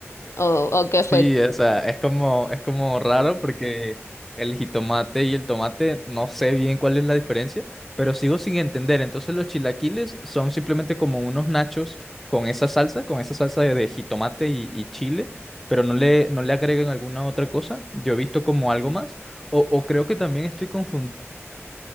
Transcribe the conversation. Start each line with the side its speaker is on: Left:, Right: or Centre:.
Left: o, o qué
Centre: Sí,
Left: fue.
Centre: o sea, es como, es como raro porque el jitomate y el tomate no sé bien cuál es la diferencia, pero sigo sin entender. Entonces los chilaquiles son simplemente como unos nachos con esa salsa, con esa salsa de, de jitomate y, y chile, pero no le, no le agregan alguna otra cosa. Yo he visto como algo más, o, o creo que también estoy confundida,